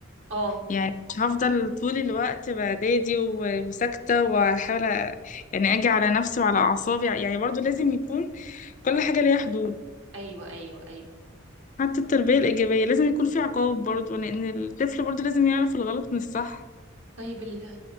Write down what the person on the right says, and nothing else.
اه
ايوه ايوه ايوه
طيب ال-